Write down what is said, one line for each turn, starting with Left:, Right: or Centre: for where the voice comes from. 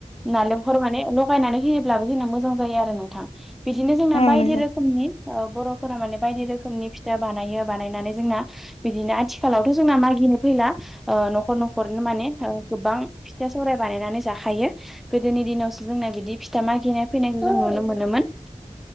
Centre: नालेंख माने थरायनानै होयोब्लाबो जोंना मोजां जायो। आरो नोंथां बिदिनो जोंना
Left: औ औ
Centre: बायदि
Left: नंगौ
Centre: रोखोमनि औ बर'फोरा माने बायदि रोखोमनि फिथा बानायो बानायनानै जोंना बिदिनो आथिखालावथ' जोंना मागि गिनो फैला न'खर न'खरनो माने ओ गोबां फिथा सौराय बानायनानै जाखायो गोदोनि दिनावसो जोंना बिदि फिथा मागिनाय फैनायखौ जों नुनो मोनोमोन